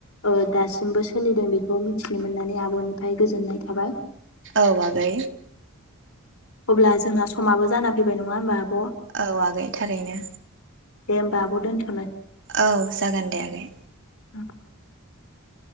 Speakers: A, on the left; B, on the right.
A: ओ दासिमबो सोलिदों, बेखौ मिथिनो मोननानै आब'निफ्राय गोजोननाय थाबाय।
B: औ आगै।
A: अब्ला जोंना समाबो जाना फै बाय नङा होमबा आब'।
B: औ आगै थारैनो।
A: दे होमबा आब दोनथ'।
B: औ जागोन दे आगै।
A: <inaudible>